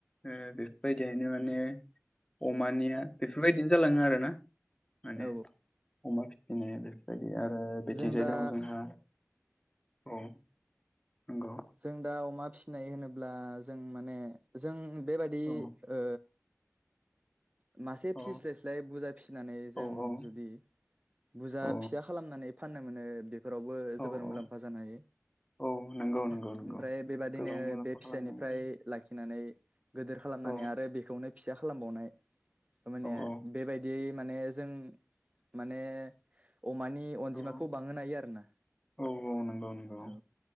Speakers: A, on the left (about 20°); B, on the right (about 25°).
A: अ बेफोरबायदियैनो माने अमानिया बेफोरबायदिनो जालाङो आरोना। माने
B: औ
A: अमा फिसिनाय बेफोरबायदि आरो बेथिंजाय
B: जों दा
A: दङ जोंहा औ नंगौ
B: जों दा अमा फिसिनाय होनोब्ला जों माने जों बेबादि
A: औ
B: ओ <unintelligible> मासे फिस्लायस्लाय
A: औ
B: बुरजा फिसिनानै जों
A: औ औ
B: जुदि बुरजा
A: औ
B: फिसा खालामनानै फाननो मोनो बेफोरावबो जोबोर
A: औ
B: मुलाम्फा
A: औ
B: जानो हायो।
A: औ नंगौ नंगौ
B: ओमफ्राय
A: नंगौ
B: बेबादिनो
A: गोबां मुलाम्फा
B: बे फिसानिफ्राय
A: खालामनाय
B: लाखिनानै गिदिर खालामनानै
A: औ
B: आरो बेखौनो फिसा खालामबावनाय थारमाने
A: औ
B: बेबायदियै माने जों माने अमानि अनजिमाखौ
A: औ
B: बांहोनो हायो आरोना
A: औ औ नंगौ नंगौ
B: औ।